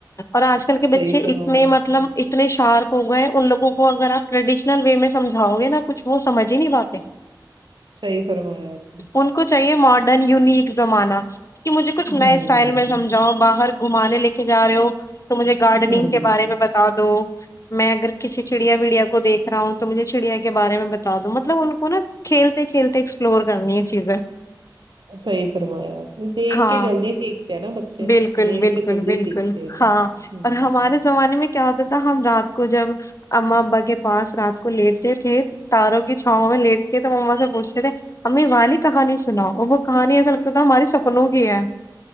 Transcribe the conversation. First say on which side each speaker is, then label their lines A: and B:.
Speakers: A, on the left; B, on the right.
A: اور آج کل کے
B: صحیح
A: بچے
B: فرمایا
A: اتنے
B: آپ
A: مطلب ات نے شارپ ہو گئے ان لوگوں کو اگر آپ ریڈیشنل وے میں سمجھ ھاؤ گے نا کچھ وہ سمجھ ہی نہیں پاتے
B: صحیح فرمایا آپ نے
A: ان کو چاہیے ماڈرن یونک زمانہ کہ مجھے کچھ نئے
B: ہوں
A: اسٹائل میں سمجھاؤ باہر کو گھمانے لے کے جا رہے ہو تو مجھے گارڈنگ
B: ہوں
A: کے بارے میں ب بتا دو میں اگر کسی چڑیا وڑیا کو دیکھ رہا ہوں تو مجھے چڑیا کے بارے میں بتا دو مطلب ان کو نا کھیلتے کھیلتے ایکسپلور کرنی یہ چیزیں
B: صحیح فرمایا آپ نے دیکھ
A: ہاں
B: کے جلدی سیکھتے ہیں نا بچے
A: بالکل
B: دیکھ
A: بالکل
B: کے جلدی
A: بالکل
B: سیکھتے ہیں
A: ہاں اور
B: ہوں
A: ہمارے زمانے میں کیا ہوتا تھا ہم رات کو جب اماں ابا کے پاس رات کو لیٹ تے تھے تاروں کی چھاؤں میں لیٹ کے تھے تو مما سے پوچھتے تھے امی والی کہانی سناؤ اور وہ کہانی ایسا لگتا تھا ہمارے سپنوں کی ہے